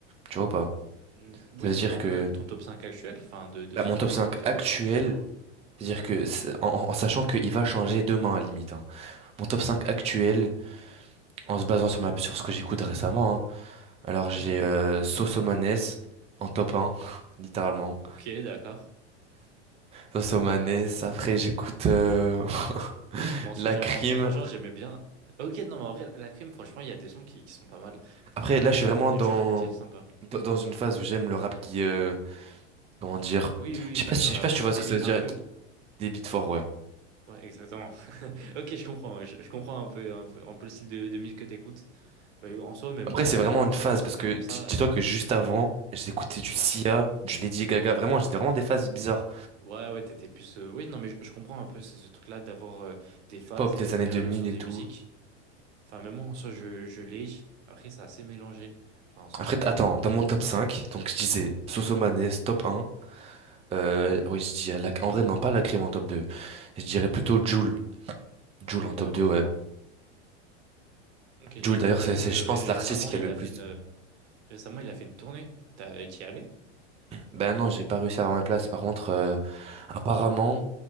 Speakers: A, on the right (about 20°); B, on the right (about 75°).
A: Tu vois ou pas?
B: Mm, Oui,
A: Ça veut dire
B: non,
A: que
B: même ton top 5 actuel, enfin, de, de
A: là,
B: ce
A: mon
B: que
A: top
B: tu
A: 5
B: écoutes au
A: actuel,
B: quotidien.
A: c'est-à-dire que c'est- en, en- en sachant qu'il va changer demain à la limite. hein. Mon top 5 actuel, en se basant sur ma, sur ce que j'écoute récemment. hein. Alors
B: Oui,
A: j'ai
B: oui.
A: euh, Soso Maness en top un <laughs> littéralement.
B: Ok, d'accord.
A: Soso Maness. Après j'écoute. euh, <laughs>
B: Bon, ça,
A: La
B: j'aimais,
A: crime.
B: enfin, franchement, j'aimais bien. Ok, non, mais en vrai, la crime, franchement, il y a des sons qui, qui sont pas mal. Enfin,
A: Après, là, je suis vraiment
B: il
A: dans,
B: y a du rap qui est sympa.
A: dans dans une phase où j'aime le rap qui, euh, comment dire,
B: Oui, oui,
A: je sais pas
B: oui,
A: si,
B: le rap
A: je sais pas si tu
B: qui
A: vois
B: débite
A: ce que ça veut
B: un
A: dire,
B: peu.
A: qui- des beats forts, ouais.
B: Ouais, exactement. Ok, je comprends. ouais, Je, je comprends un peu, un peu, un peu le style de, de musique que t'écoutes. Bah, en soi, même
A: Après,
B: moi,
A: c'est
B: en vrai,
A: vraiment
B: il y a pas
A: une phase
B: mal de rappeurs
A: parce que
B: comme
A: di-
B: ça.
A: dis-toi que juste avant, j'écoutais du
B: Mhm.
A: Sia, du Lady Gaga, vraiment, j'étais vraiment des phases bizarres.
B: Ouais, ouais, t'étais plus. euh, Oui, non, mais je, je comprends un peu ce, ce truc-là d'avoir euh, des phases
A: Pop
B: et
A: des
B: des périodes
A: années 2000
B: sur des
A: et tout.
B: musiques. Enfin, même moi, en soi, je, je l'ai. Après, c'est assez mélangé. Enfin, en soi,
A: Après,
B: j'écoute
A: t- attends,
B: aussi pas
A: dans
B: mal
A: mon
B: de
A: top
B: rap.
A: cinq
B: euh.
A: donc je disais Sosomanes,
B: Mhm.
A: top un Euh,
B: Ok,
A: oui, je dirais, la- en vrai, non, pas la crime en top deux Je dirais plutôt Jul. Jul
B: d'accord.
A: en top deux ouais.
B: Ok, et
A: Jul, d'ailleurs,
B: t'as t'as
A: c'est,
B: vu
A: c'est,
B: que ré-
A: je pense, l'artiste
B: récemment,
A: qui
B: il
A: a le
B: a
A: plus
B: fait une,
A: de
B: récemment, il a fait une tournée. T'as, t'y es allé?
A: Ben non, j'ai pas réussi à avoir ma place. Par contre, euh,
B: Ok,
A: apparemment,